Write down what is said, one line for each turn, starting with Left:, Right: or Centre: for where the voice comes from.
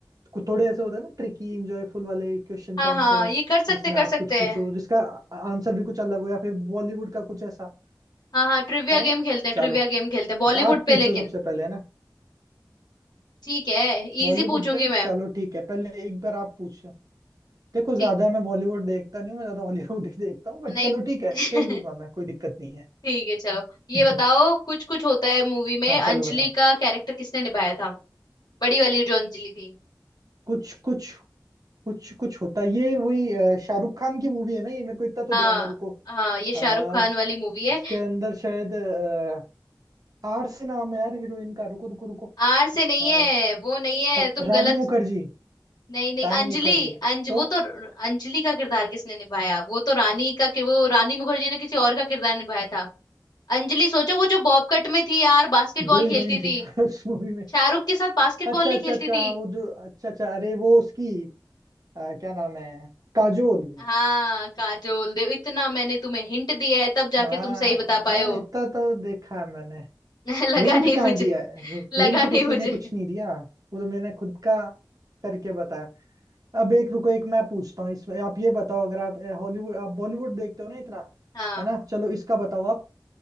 Right: कुछ थोड़े ऐसे होते हैं ना ट्रिकी इंजॉयफुल वाले क्वेश्चंस
Left: हाँ
Right: आंसर्स
Left: हाँ ये कर सकते
Right: जिसमें
Left: कर
Right: आप
Left: सकते
Right: कुछ पूछो
Left: हैं
Right: जिसका आंसर भी कुछ अलग हो या फिर बॉलीवुड का कुछ ऐसा
Left: हाँ हाँ ट्रिविया
Right: करें
Left: गेम खेलते हैं
Right: चलो
Left: ट्रिविया गेम खेलते हैं बॉलीवुड
Right: तो आप
Left: पे
Right: पूछो
Left: लेकिन
Right: सबसे पहले है ना
Left: ठीक है
Right: बॉलीवुड
Left: इजी पूछूंगी
Right: पे
Left: मैं
Right: चलो ठीक है पहले एक बार आप पूछो देखो
Left: ठीक
Right: ज्यादा मैं बॉलीवुड देखता नहीं हूँ मैं ज्यादा हॉलीवुड ही देखता हूँ बट
Left: नहीं
Right: चलो ठीक है
Left: <laughs>
Right: खेल लूंगा मैं कोई दिक्कत नहीं
Left: ठीक है चलो ये
Right: है <laughs>
Left: बताओ कुछ कुछ होता है मूवी में
Right: हाँ
Left: अंजलि
Right: चलो बताओ
Left: का कैरेक्टर किसने निभाया था बड़ी वाली जो अंजलि थी
Right: कुछ कुछ कुछ कुछ होता है। ये वही अ, शाहरुख खान की मूवी है ना ये मेरे को इतना तो
Left: हाँ
Right: ध्यान है रुको
Left: हाँ ये शाहरुख
Right: आ,
Left: खान वाली मूवी है
Right: उसके अंदर शायद अ, आर से नाम है यार हीरोइन का रुको रुको रुको
Left: आर से नहीं
Right: अ,
Left: है वो नहीं है
Right: अ,
Left: तुम
Right: रानी
Left: गलत
Right: मुखर्जी
Left: नहीं नहीं
Right: रानी
Left: अंजलि
Right: मुखर्जी
Left: अंज
Right: तो
Left: वो तो अंजलि का किरदार किसने निभाया वो तो रानी का कि वो रानी मुखर्जी ने किसी और का किरदार निभाया था अंजलि सोचो वो जो बॉब कट में थी यार बास्केटबॉल
Right: दो हीरोइन
Left: खेलती
Right: थी
Left: थी
Right: क्या <laughs> उस मूवी में
Left: शाहरुख के साथ बास्केटबॉल
Right: अच्छा
Left: नहीं
Right: अच्छा
Left: खेलती
Right: अच्छा
Left: थी
Right: हाँ वो जो अच्छा अच्छा अरे वो उसकी अ, क्या नाम है काजोल
Left: हाँ काजोल देव इतना मैंने तुम्हें हिंट दिया है तब जाके
Right: हाँ
Left: तुम सही बता पाए
Right: यार
Left: हो
Right: इतना तो देखा है मैंने
Left: <laughs> लगा
Right: हिंट
Left: नहीं
Right: कहाँ
Left: मुझे
Right: दिया है
Left: लगा
Right: हिंट
Left: नहीं
Right: किसी
Left: मुझे
Right: ने कुछ नहीं दिया वो तो मैंने खुद का करके बताया अब एक रुको एक मैं पूछता हूँ इसमें आप ये बताओ अगर आप हॉलीवुड आप बॉलीवुड देखते हो ना इतना
Left: हाँ
Right: है ना चलो इसका बताओ आप